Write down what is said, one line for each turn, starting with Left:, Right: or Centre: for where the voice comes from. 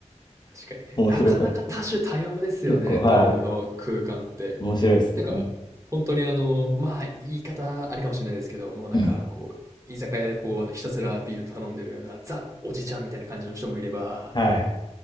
Right: 確かに。
Left: 面白かった。
Right: なかなか多種多様ですよね、
Left: 結構、はい。
Right: ドームの空間って。
Left: 面白いですね。
Right: なんか、
Left: う
Right: 本当にあの、まあ、言い方あれかもしれないですけど、もうなんかこう、
Left: ん。うん
Right: 居酒屋でこう、あの、ひたすらビール頼んでるような、ザ・おじちゃんみたいな感じの人もいれば、
Left: はい。